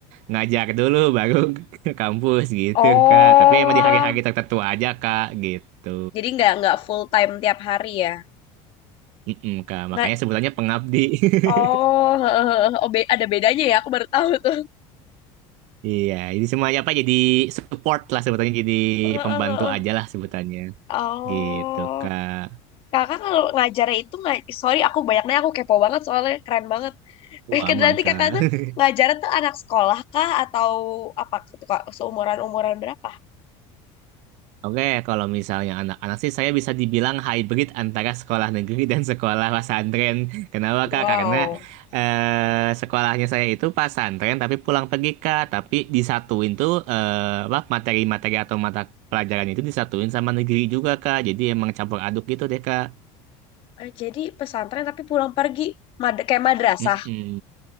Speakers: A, on the right; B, on the left.
A: ngajar dulu baru <laughs> ke kampus gitu
B: Oh,
A: Kak. Tapi emang di hari-hari tertentu aja Kak gitu.
B: Jadi nggak nggak full time tiap hari ya.
A: Mm-mm, Kak,
B: Nggak,
A: makanya sebutannya pengabdi. <laughs>
B: oh, <laughs> oh be- ada bedanya ya, aku baru tahu tuh.
A: Iya, jadi semuanya apa jadi support lah sebutannya jadi
B: <laughs>
A: pembantu aja lah sebutannya.
B: Oh,
A: Gitu, Kak.
B: kakak kalau ngajarnya itu nggak, sorry aku banyaknya aku kepo banget soalnya keren banget.
A: Uh,
B: Eh, Mungkin
A: aman,
B: nanti
A: Kak.
B: kakak tuh
A: <laughs>
B: ngajarnya tuh anak sekolah kah atau apa tuh kak seumuran umuran berapa?
A: Oke, kalau misalnya anak-anak sih saya bisa dibilang hybrid antara sekolah negeri dan sekolah pesantren. <laughs> Kenapa,
B: wow.
A: Kak? Karena eh, sekolahnya saya itu pesantren tapi pulang pergi, Kak. Tapi disatuin tuh eh, apa materi-materi atau mata pelajarannya itu disatuin sama negeri juga, Kak. Jadi emang campur aduk gitu deh, Kak.
B: Eh, Jadi pesantren tapi pulang pergi, Mad- kayak madrasah.
A: Mm-mm.